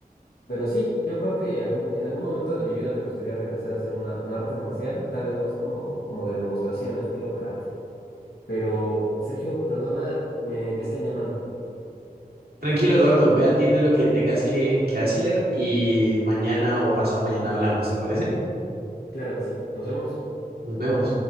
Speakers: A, on the left; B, on the right.
A: pero sí, yo creo que algún, en algún momento de mi vida me gustaría regresar a hacer una, un arte marcial, tal vez más como, como de demostración, estilo karate. Pero, Sergio, perdona, me, me están llamando.
B: Tranquilo, Eduardo, ve, atiende lo que tengas que, que hacer y mañana o pasado mañana hablamos, ¿te parece?
A: Claro que sí. Nos vemos.
B: Nos vemos.